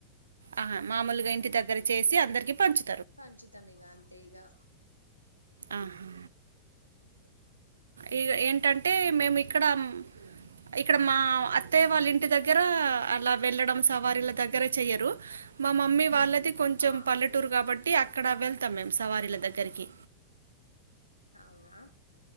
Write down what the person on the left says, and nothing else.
పంచుతం ఇగా అంతే ఇగా.
ఉమ్
ఆ
అవునా.